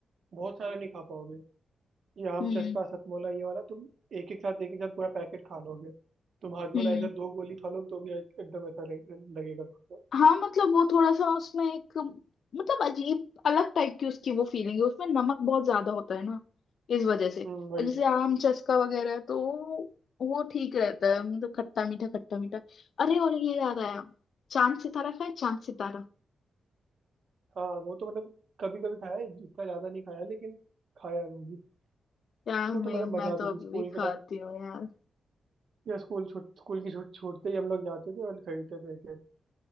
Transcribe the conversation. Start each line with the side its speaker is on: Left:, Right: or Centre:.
Right: बहुत सारा नहीं खा पाओगे ये आम
Left: हम्म
Right: चस्का सतमोला ये वाला तुम एक एक साथ एक एक साथ पूरा पैकेट खा लोगे तुम हाजमोला
Left: हम्म
Right: ऐसा दो गोली खा लोगे तो भी एक- एकदम ऐसा रहे- लगेगा तुमको
Left: हाँ मतलब वो थोड़ा सा उसमें एक मतलब अजीब अलग टाइप की उसकी वो फीलिंग है उसमें नमक बहुत ज्यादा होता है ना इस वजह से
Right: हम्म वही
Left: और जैसे आम चस्का वगैरह है, तो वो ठीक रहता है मतलब खट्टा मीठा खट्टा मीठा अरे और ये याद आया चांद सितारा खाए चांद सितारा
Right: हाँ वो तो मतलब कभी कभी खाया है इतना ज्यादा नहीं खाया लेकिन खाया है वो भी
Left: यार
Right: वो तो
Left: मैं
Right: मतलब मजा
Left: मैं
Right: आती
Left: तो अभी
Right: थी स्कूल
Left: भी
Right: के
Left: खाती
Right: टाइम
Left: हूँ यार
Right: या स्कूल छूट स्कूल की छूट छूटते ही हम लोग जाते थे और खरीदते थे एक एक।